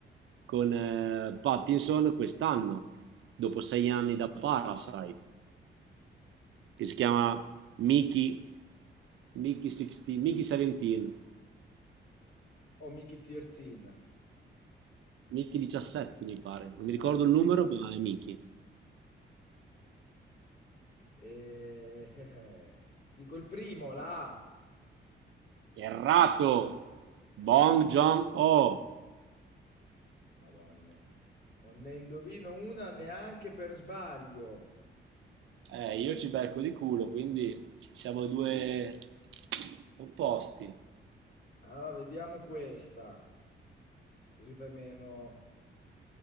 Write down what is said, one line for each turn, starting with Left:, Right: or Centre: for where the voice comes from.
Right: con eh, Pattinson quest'anno, dopo sei anni da Parasite, che si chiama Mickey, Mickey, 16, Mickey 17,
Left: Oh, Mickey Tirzin.
Right: Mickey 17 mi pare, non mi ricordo
Left: Ah.
Right: il numero, ma è Mickey.
Left: Eh, eh, eh, dico il primo, la A.
Right: Errato! Bong Joon-ho!
Left: Madonna. no. Non ne indovino una neanche per sbaglio.
Right: Eh, io ci becco di culo, quindi siamo due opposti.
Left: Allora, vediamo questa. Così fai meno